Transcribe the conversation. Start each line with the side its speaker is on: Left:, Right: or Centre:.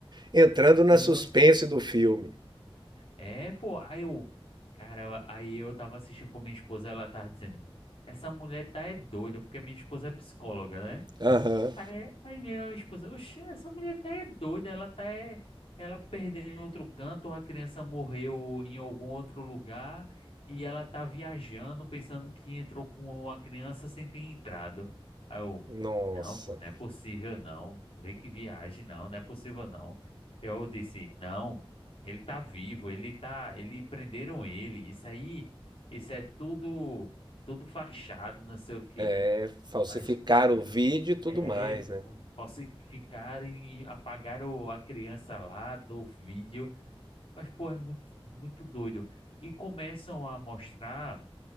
Right: entrando
Left: dando
Right: na suspense do filme.
Left: é, pô, aí eu, cara, aí eu tava assistindo com minha esposa, ela tava dizendo, essa mulher tá é doida, porque minha esposa é psicóloga, né?
Right: Aham.
Left: Aí, aí veio a esposa, oxe, essa mulher tá é doida, ela tá é, ela perdeu em outro canto, ou a criança morreu em algum outro lugar e ela tá viajando pensando que entrou com uma criança sem ter entrado. Aí eu,
Right: Nossa,
Left: não, pô, não é possível não, vê que viagem, não, não é possível não. Eu disse, não, ele tá vivo, ele tá, ele prenderam ele, isso aí, isso é tudo, tudo fachado, não sei o quê.
Right: é falsificar
Left: Mas, cara,
Right: o vídeo e tudo
Left: é,
Right: mais, né?
Left: fal- falsificaram e apagaram a criança lá do vídeo, mas pô, é muito, muito doido. E começam a mostrar